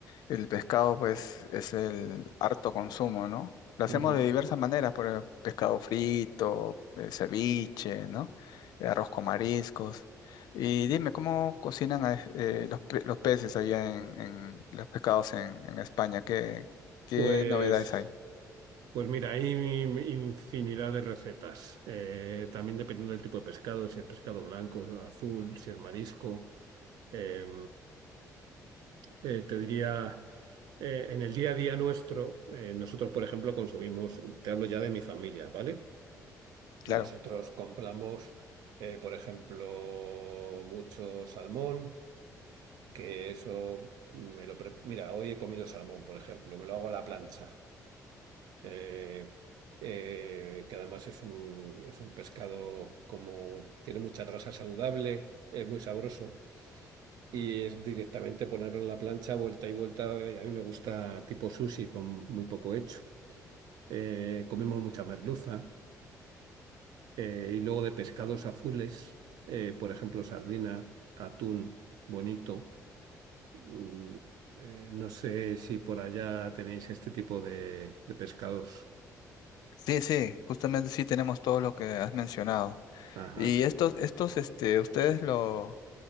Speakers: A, on the left; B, on the right.
A: el pescado, pues, es el harto consumo, ¿no? Lo hacemos
B: Ujú.
A: de diversas maneras, por ejemplo, pescado frito, eh, ceviche, ¿no? Eh, Arroz con mariscos. Y dime, ¿cómo cocinan a- eh, los, pe- los peces allá en, en los pescados en, en España? ¿Qué, qué
B: Pues,
A: novedades hay?
B: pues mira, hay infinidad de recetas. Eh, también dependiendo del tipo de pescado, si es pescado blanco, azul, si es marisco. Eh, eh, te diría, eh, en el día a día nuestro, eh, nosotros, por ejemplo, consumimos, te hablo ya de mi familia, ¿vale?
A: Claro.
B: Nosotros compramos, eh, por ejemplo, mucho salmón, que eso me lo... pre- Mira, hoy he comido salmón, por ejemplo, me lo hago a la plancha, eh, eh, que además es un, es un pescado como... tiene mucha grasa saludable, es muy sabroso, y es directamente ponerlo en la plancha, vuelta y vuelta, y a mí me gusta tipo sushi con muy poco hecho. Eh, comemos mucha merluza. Eh, y luego de pescados azules, eh, por ejemplo, sardina, atún, bonito. Mm, eh, no sé si por allá tenéis este tipo de, de pescados.
A: Sí, sí, justamente sí tenemos todo lo que has mencionado.
B: Ajá.
A: ¿Y estos, estos, este, ustedes lo,